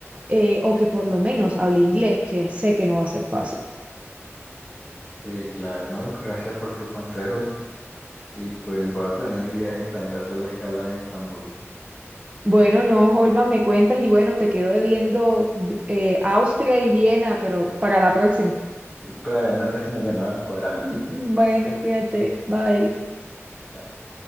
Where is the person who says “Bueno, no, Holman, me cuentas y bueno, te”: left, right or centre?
Right